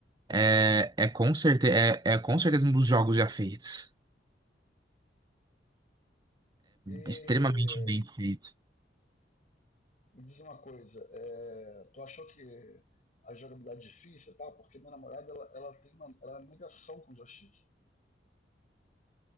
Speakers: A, on the right; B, on the left.
A: É, é, com certe é, é com certeza um dos jogos já feitos.
B: E
A: Extremamente bem feito.
B: me diz uma coisa, é, tu achou que a jogabilidade é difícil e tal? Porque minha namorada, ela, ela tem uma, ela é uma negação com o joystick.